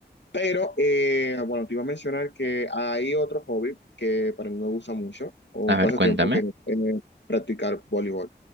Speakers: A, on the left; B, on the right.
A: Pero eh, bueno, te iba a mencionar que hay otro hobby que para mí me gusta mucho o un
B: A ver,
A: pasatiempo
B: cuéntame.
A: que es eh, practicar voleibol.